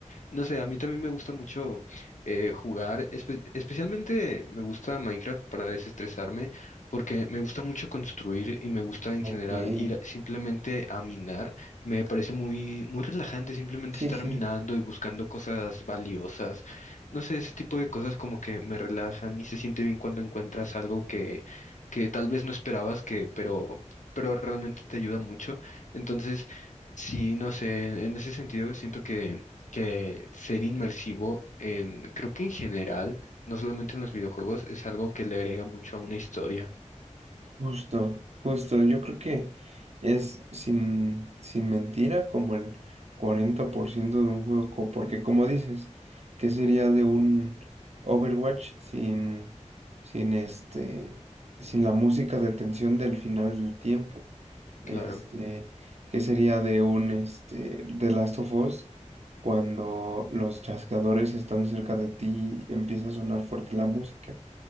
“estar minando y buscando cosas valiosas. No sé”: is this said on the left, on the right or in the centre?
Left